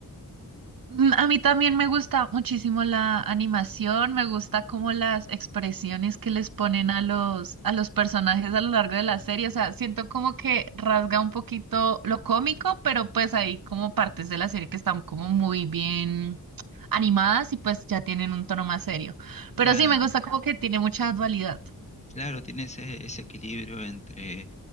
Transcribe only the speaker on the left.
Claro,
claro, tiene ese, ese equilibrio entre,